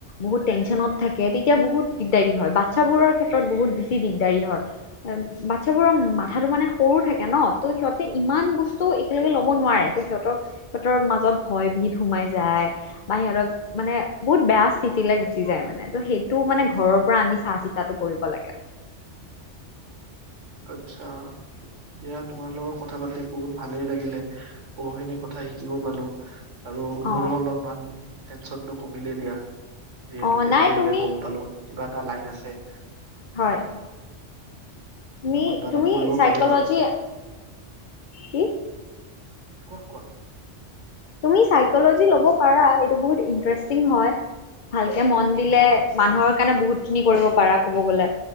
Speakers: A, on the left; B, on the right.
A: বহুত টেনচনত থাকে তেতিয়া বহুত দিগদাৰি হয়, বা চ্ছাবোৰৰ ক্ষেত্ৰত বহুত বেছি দিগদাৰী হয়। বাচ্ছাবোৰৰ মাথাটো মানে সৰু থাকে ন, ত' সিহঁতে ইমান বস্তু একগে লব নোৱাৰে, ত সিহঁতক সিহঁতৰ মাজত ভয় ভিত সোমাই যায় বা সিহঁতক মানে বহুত বেয়া স্থিতিলেলৈ গুচি যায় মানে, ত সেইটো মানে ঘৰৰ পৰা আমি চা চি তাতো কৰিব লাগে।
B: আচ্ছা। দিয়া তোমাৰ লগত কথা পাতি বহুত ভালেই লাগিলে বহু খিনি কথা শিকিব পালো। আৰু
A: অ
B: মোৰো অলপমান টেনশ্যনটো কমিলেই দিয়া। যিহেতুকে
A: অ নাই
B: মই
A: তুমি
B: এতিয়া গম পালো কিবা এটা লাইন আছে।
A: হয়। তুমি
B: ম মই কিবা এটা
A: তুমি
B: কৰিব
A: চাইকলজি
B: পাৰিম আৰু,
A: কি
B: কোৱা কোৱা
A: তুমি চইক্সলজি লব পাৰা এইটো বৰ ইষ্টাৰেটিং হয়। ভালকে মন দিলে
B: অ
A: মানুহৰ কাৰণে বহুত খিনি কৰিব পাৰা কব গলে,